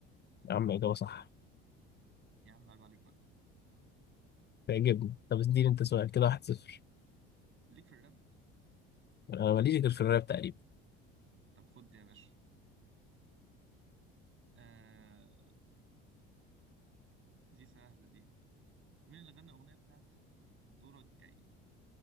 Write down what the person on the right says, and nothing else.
يا عم عيب عليك بقى
ليك في الراب
طب خد دي يا باشا آه دي سهله دي مين اللي غنى الاغنيه بتاعت دورك جاي